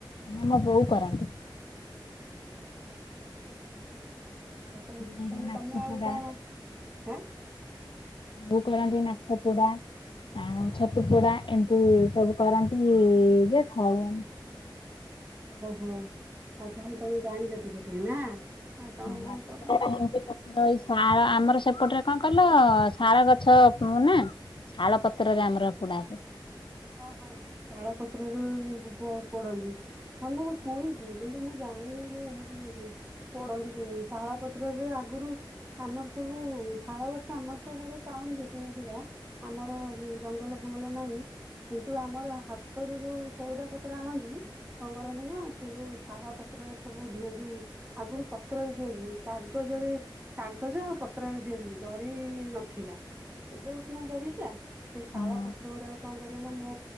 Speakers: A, on the left; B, on the right.
A: ନା ମୋ ବୋଉ କରନ୍ତି।
B: ହୁଁ। ତାହଲେ
A: ଏଇ
B: ତାହେଲେ
A: ଯୋଉ ମାଛ
B: ତମେ ଆଉ
A: ପୋଡା
B: କଣ ଆ
A: ବୋଉ କରନ୍ତି ମାଛ ପୋଡା, ଆଉ ଛତୁ ପୋଡା ଏମିତି-ଇ-ଇ-ଇ ସବୁ କରନ୍ତି-ଇ-ଇ-ଇ ଯେ ଖାଉ।
B: ଓହୋ ଆଉ ତାହେଲେ ତମେ ଜାଣିଛ ଟିକେ? ନା ଆଉ ତମ
A: ମାଛ
B: ବୋଉ କରନ୍ତି।
A: ପୋଡାଟା ଏମିତି ପତ୍ର ଏଇ ଶାଳ ଆମର ସେପଟରେ କଣ କହିଲ-ଅ-ଅ ଶାଳ ଗଛ ନା, ଶାଳ ପତ୍ରରେ ଆମର ପୋଡା ହୁଏ।
B: ଓହୋ ଶାଳ ପତ୍ରରେ-ଏ-ଏ ଏ ପୋଡନ୍ତି। ହଁ ମୁଁଁ ଶୁଣିଛି। କିନ୍ତୁ ମୁଁ ଜାଣିନି ଯେ ହଉମ ପଢନ୍ତି କେମିତି ଶାଳ ପତ୍ରରେ ଆଗରୁ ଆମର ସବୁ-ଉ-ଉ ଶାଳ ଗଛ ଆମର ତ ସିଆଡେ ଟାଉନ୍ <unintelligible> ଆମର ଜଙ୍ଗଲ ଭଲ ନାହିଁ କିନ୍ତୁ ଆମର ହାତରୁ ଯୋଉ ସଉଦା ପତ୍ର ଆଣନ୍ତି କଣ କରନ୍ତି ନା ସେ ଯୋଉ ଖାଇବା ପତ୍ରରେ ସବୁ ଦିଅନ୍ତି। ଆଗରୁ ପତ୍ରରେ ଦିଅନ୍ତି କାଗଜରେ କାଗଜ ଆଉ ପତ୍ରରେ ଦିଅନ୍ତି ଜରି-ଇ-ଇ-ଇ ନଥିଲା। ଏବେ କୁ ସିନା ଜରି ହେଲା। ସେଇ ଶାଳ
A: ହଁ
B: ପତ୍ର ଗୁଡ଼ାକୁ କଣ କରିବ ନା ମୁଁ